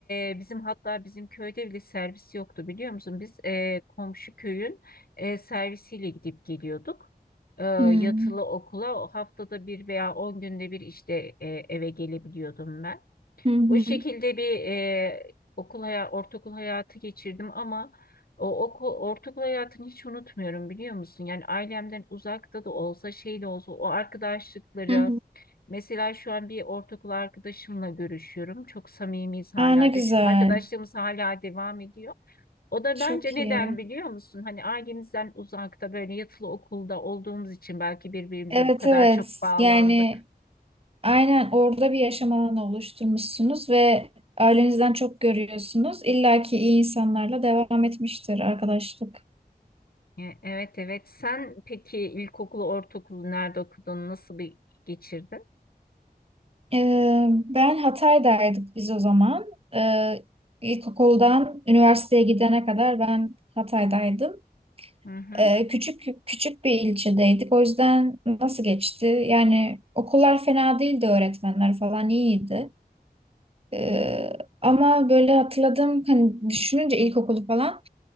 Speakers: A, on the left; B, on the right.
A: e, bizim hatta bizim köyde bile servis yoktu biliyor musun? Biz e, komşu köyün e, servisiyle gidip geliyorduk. E,
B: Hmm.
A: yatılı okula O haftada bir veya on günde bir işte e, eve gelebiliyordum ben.
B: Hı hı.
A: O şekilde bir e, okul hayatı, ortaokul hayatı geçirdim ama o okul, ortaokul hayatını hiç unutmuyorum biliyor musun? Yani ailemden uzakta da olsa şey de olsa o arkadaşlıkları
B: Hı hı.
A: mesela şu an bir ortaokul arkadaşımla görüşüyorum. Çok samimiyiz hala
B: Aa, ne güzel.
A: düşün. Arkadaşlığımız hala devam ediyor. O da
B: Çok
A: bence neden
B: iyi.
A: biliyor musun? Hani ailemizden uzakta böyle yatılı okulda olduğumuz için belki birbirimize
B: Evet
A: bu kadar
B: evet.
A: çok bağlandık.
B: Yani aynen orada bir yaşam alanı oluşturmuşsunuz ve ailenizden çok görüyorsunuz. İlla ki iyi insanlarla devam etmiştir arkadaşlık.
A: E, Evet evet. Sen peki ilkokulu, ortaokulu nerede okudun? Nasıl bir geçirdin?
B: Ee, ben Hatay'daydık biz o zaman. Ee, ilkokuldan üniversiteye gidene kadar ben Hatay'daydım.
A: Hı hı.
B: Ee, küçük küçük bir ilçedeydik. O yüzden nasıl geçti? Yani okullar fena değildi, öğretmenler falan iyiydi. Ee, ama böyle hatırladım, hani düşününce ilkokulu falan